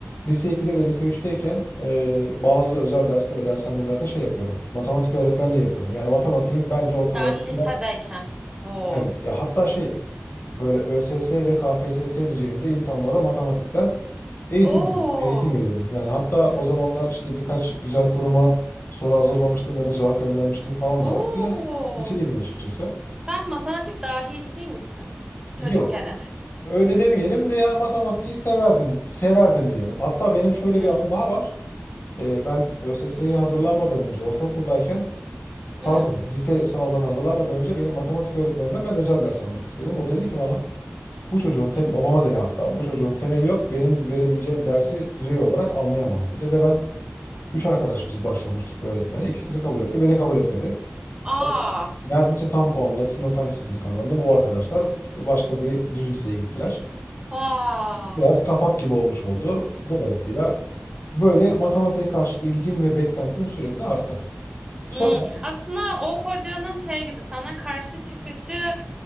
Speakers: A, on the left; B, on the right.
A: lise 2'de ve lise üçteyken e, bazı özel derste ve dershanelerde şey yapıyordum. Matematik öğretmenliği yapıyordum. Yani matematiğim bence ortalama
B: daha lisedeyken.
A: biraz
B: Oo.
A: Evet ya hatta şey böyle ÖSS ve KPSS düzeyinde insanlara matematikten eğitim
B: Oo.
A: veri- eğitim veriyordum. Yani hatta o zamanlar işte birkaç güzel kuruma soru hazırlamıştım ya da cevap göndermiştim falan da
B: Oo.
A: var. Biraz seçiliydim açıkçası.
B: Sen matematik dahisiymişsin.
A: Yok.
B: Çocukken.
A: Öyle demeyelim de yani matematiği severdim, severdim diyelim. Hatta benim şöyle
B: Hmm.
A: bir anım daha var. Ee, ben ÖSS'ye hazırlanmadan önce ortaokuldayken
B: Hmm.
A: pardon lise sınavlarına hazırlanmadan önce benim matematik öğretmenimden ben özel ders almak istedim. O dedi ki bana Bu çocuğun tem
B: Hmm.
A: babama dedi hatta bu çocuğun temeli yok benim verebileceğim dersi düzey olarak anlayamaz dedi ve ben üç arkadaş biz başvurmuştuk öğretmene İkisini kabul etti beni kabul etmedi.
B: Aa.
A: Ben neredeyse tam puanla Sinop Fen Lisesi'ni kazandım o arkadaşlar başka bir düz liseye gittiler.
B: Aa.
A: Biraz kapak gibi olmuş oldu dolayısıyla böyle matematiğe karşı ilgim ve beklentim sürekli arttı. Sonra
B: Hmm. Aslında o hocanın şey gibi sana karşı çıkışı